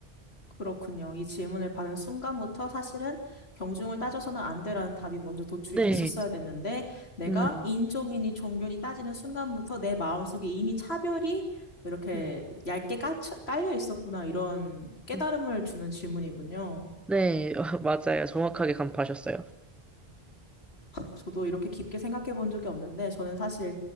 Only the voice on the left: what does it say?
그렇군요. 이 질문을 받은 순간부터 사실은 경중을 따져서는 안 되라는 답이 먼저 도출이
됐었어야 됐는데 내가
인종이니 종교니 따지는 순간부터 내 마음속에 이미 차별이 이렇게
얇게 까쳐, 깔려 있었구나 이런 깨달음을
주는 질문이군요.
저도 이렇게 깊게 생각해 본 적이 없는데 저는 사실